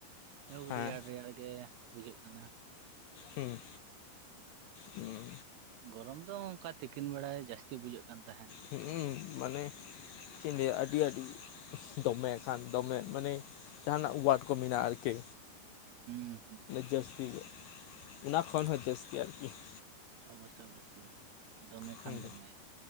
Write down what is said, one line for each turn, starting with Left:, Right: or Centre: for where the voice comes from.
Right: ᱟᱹᱣ
Left: ᱦᱮᱸ
Right: ᱨᱮᱭᱟᱲ ᱨᱮᱭᱟᱲ ᱜᱮ ᱵᱩᱡᱷᱟᱹᱜ ᱠᱟᱱᱟ ᱾
Left: ᱦᱩᱸ, ᱦᱩᱸ᱾
Right: ᱜᱚᱨᱚᱢ ᱫᱚ ᱚᱱᱠᱟ ᱛᱤᱠᱤᱱ ᱵᱮᱲᱟ ᱡᱟᱹᱥᱛᱤ ᱵᱩᱡᱷᱟᱹᱜ ᱠᱟᱱ ᱛᱟᱦᱮᱸᱱ ᱾
Left: ᱦᱩᱸ ᱢᱟᱱᱮ ᱪᱤᱧ ᱞᱟᱹᱭᱟ ᱟᱹᱰᱤ ᱟᱹᱰᱤ ᱫᱚᱢᱮ ᱠᱷᱟᱱ ᱫᱚᱢᱮ ᱢᱟᱱᱮ ᱡᱟᱸᱦᱟᱱᱟᱜ ᱚᱣᱟᱨᱰ ᱠᱚ ᱢᱮᱱᱟᱜᱼᱟ ᱟᱨᱠᱤ?
Right: ᱦᱩᱸ ᱦᱩᱸ
Left: ᱡᱟᱹᱥᱛᱤ ᱜᱮ ᱚᱱᱟ ᱠᱷᱚᱱ ᱦᱚᱸ ᱡᱟᱹᱥᱛᱤ ᱟᱨᱠᱤ ᱾
Right: ᱚᱵᱚᱥᱚᱭ ᱚᱵᱚᱥᱚᱭ, ᱫᱚᱢᱮ ᱠᱷᱟᱱ
Left: ᱦᱩᱸ
Right: ᱫᱚᱢᱮ ᱾